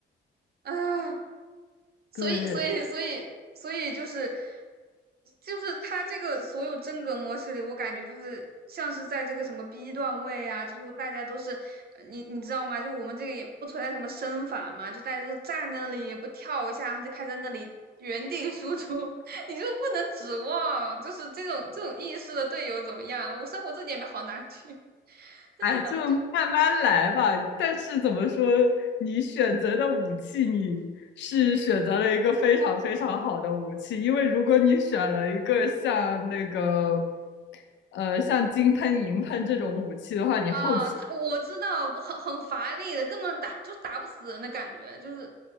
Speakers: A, on the right; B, on the left.
A: 啊！所以，
B: 对。
A: 所以，所以，所以就是就是他这个所有真格模式里，我感觉就是像是在这个什么 B 段位啊，就是大家都是呃你你知道吗？就我们这个也不存在什么身法嘛，就大家都站在那里也不跳一下，然后就开在那里原地输出，<laughs> 你就不能指望就是这种这种意识的队友怎么样？我生活自己也没好哪去，但是反正就。
B: 哎，就慢慢来吧。但是怎么说，你选择的武器，你是选择了一个非常非常好的武器，因为如果你选了一个像那个，呃，像金喷、银喷这种武器的话，你后期
A: 啊，他我知道，很很乏力的，根本打就打不死人的感觉，就是，